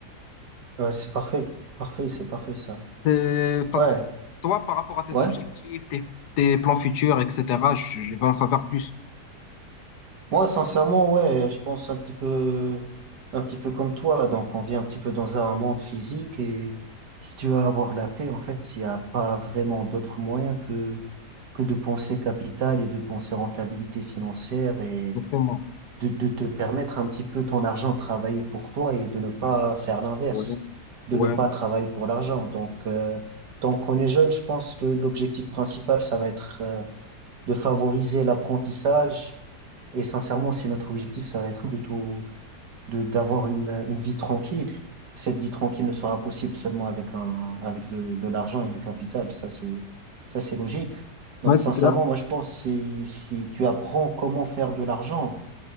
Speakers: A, on the right; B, on the left.
A: Ouais, c'est parfait, parfait, c'est parfait ça.
B: Euh, t'as-
A: Ouais,
B: Toi, par rapport à tes
A: ouais.
B: objectifs, tes, tes plans futurs, etc., je, je veux en savoir plus.
A: Moi, sincèrement, ouais, je pense un petit peu, un petit peu comme toi. Donc, on vit un petit peu dans un monde physique et si tu veux avoir la paix, en fait, il n'y a pas vraiment d'autre moyen que, que de penser capital et de penser rentabilité financière et
B: Exactement.
A: de, de te permettre un petit peu ton argent de travailler pour toi et de ne pas faire l'inverse,
B: Ouais,
A: de
B: ouais,
A: ne pas travailler pour l'argent. Donc, euh, tant qu'on est jeune, je pense que l'objectif principal, ça va être, euh, de favoriser l'apprentissage et sincèrement, si notre objectif, ça va être plutôt de d'avoir une, une vie tranquille, cette vie tranquille ne sera possible seulement avec un, avec de, de l'argent et du capital. Ça, c'est, ça, c'est logique. Donc,
B: ouais, c'est
A: sincèrement,
B: clair.
A: moi, je pense que c'est- si tu apprends comment faire de l'argent